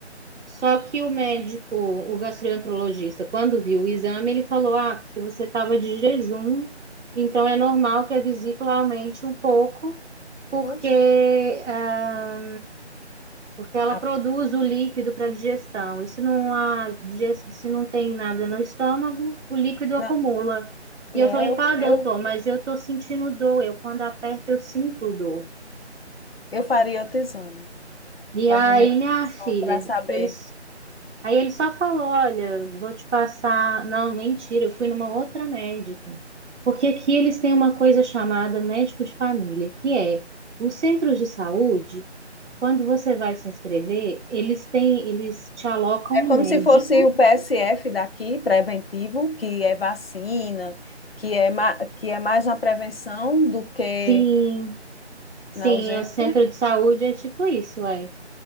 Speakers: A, on the right (about 80°); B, on the left (about 55°).
A: Só que o médico, o gastroenterologista, quando viu o exame, ele falou: Ah, porque você estava de jejum, então é normal que a vesícula aumente um pouco, porque
B: Oxe,
A: ah, porque ela
B: a-
A: produz o líquido para digestão. E se não há, diges- se não tem nada no estômago, o líquido acumula.
B: não, e
A: E eu
B: é,
A: falei,
B: eu,
A: tá, doutor,
B: eu,
A: mas eu tô sentindo dor. Eu, quando aperto, eu sinto dor.
B: eu faria outro exame,
A: E
B: fazia
A: aí,
B: uma ultrassom
A: minha filha,
B: para saber.
A: eles. Aí ele só falou, olha, vou te passar. Não, mentira, eu fui numa outra médica. Porque aqui eles têm uma coisa chamada médico de família, que é os centros de saúde, Quando você vai se inscrever, eles têm, eles te alocam
B: É
A: um
B: como
A: médico.
B: se fosse o PSF daqui, preventivo, que é vacina, que é, ma- que é mais na prevenção do que
A: Sim, sim,
B: na urgência.
A: é o centro de saúde é tipo isso, é.